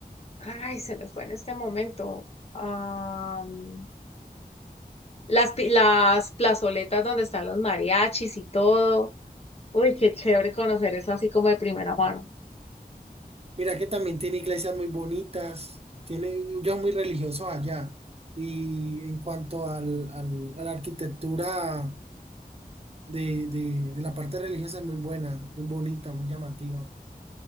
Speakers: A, on the left; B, on the right.
A: Ay, se me fue en este momento. Am, las, pi- las plazoletas donde están los mariachis y todo. Uy, qué chévere conocer eso así como de primera mano.
B: Mira que también tiene iglesias muy bonitas, tiene, yo muy religioso allá. Y en cuanto al, al- a la arquitectura de, de, de la parte religiosa es muy buena, muy bonita, muy llamativa.